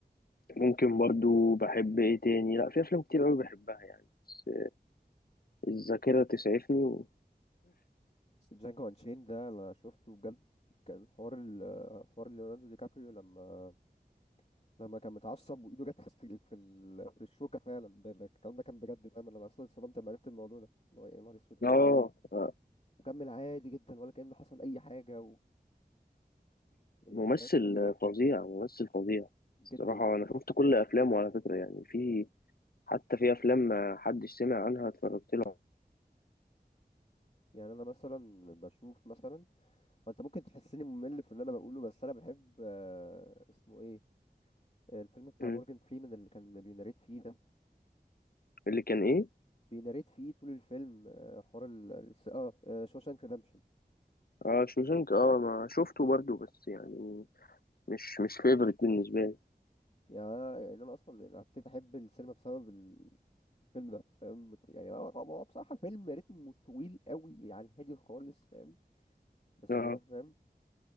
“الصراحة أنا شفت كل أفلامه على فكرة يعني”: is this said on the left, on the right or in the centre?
Left